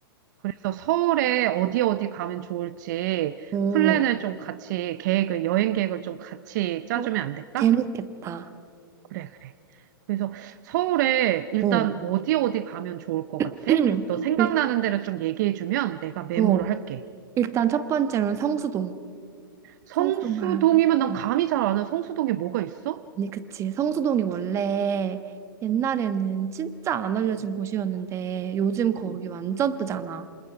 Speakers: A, on the right; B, on the right.
A: 그래서 서울에 어디 어디 가면 좋을지
B: 어.
A: 플랜을 좀 같이 계획을, 여행 계획을 좀 같이 짜주면
B: 어,
A: 안 될까?
B: 재밌겠다.
A: 그래, 그래. 그래서 서울에 일단
B: 어.
A: 어디 어디 가면 좋을 것 같아?
B: <clears throat>
A: 너 생각나는
B: 일-
A: 데를 좀 얘기해주면 내가 메모를
B: 어.
A: 할게.
B: 일단 첫 번째로는 성수동.
A: 성수동이면
B: 성수동 가야 돼.
A: 난
B: 어.
A: 감이 잘 안 와. 성수동에 뭐가 있어?
B: 아니, 그치. 성수동이 원래 옛날에는 진짜 안 알려진 곳이었는데 요즘 거기
A: 어,
B: 완전 뜨잖아.